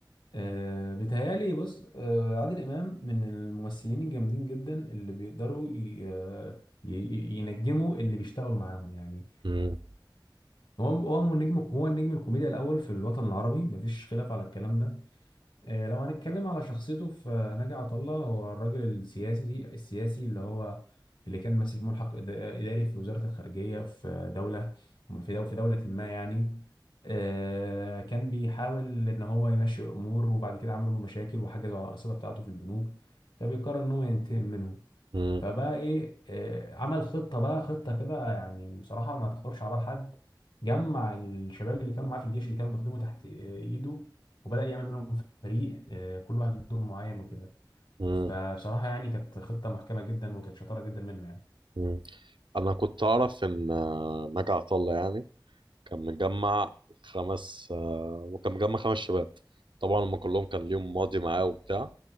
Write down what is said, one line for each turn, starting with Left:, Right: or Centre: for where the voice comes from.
Left: آه، بيتهيألي بص آه، عادل امام من الممثلين الجامدين جدا اللي بيقدروا ي- آه، ي- ي- ينجموا اللي بيشتغلوا معاهم يعني
Right: مم.
Left: هو هو النجم هو النجم الكوميديا الاول في الوطن العربي مفيش خلاف على الكلام ده آه، لو هنتكلم على شخصيته فناجي عطا الله هو الراجل السياسي السياسي اللي هو اللي كان ماسك ملحق إد- إداري في وزارة الخارجية في دولة في دولة في دولة ما يعني آه، كان بيحاول إن هو يمشي الأمور وبعد كده عملوا له مشاكل وحجزوا على الأرصدة بتاعته في البنوك فبيقرر إن هو ينتقم منهم
Right: مم.
Left: فبقى ايه آه، عمل خطه بقى خطه كده يعني بصراحه ما تخطرش على بال حد جمع الشباب اللي كانوا معاه في الجيش اللي كانوا بيخدموا تحت آه، ايده وبدا يعمل منهم فريق آه، كل واحد له دور معين وكده
Right: مم.
Left: فبصراحه يعني كانت خطه محكمه جدا وكانت شطاره جدا منه يعني
Right: مم. انا كنت اعرف ان آه، ناجي عطا الله يعني كان مجمع خمس آه، وكان مجمع خمس شباب طبعا هم كلهم كان ليهم ماضي معاه وبتاع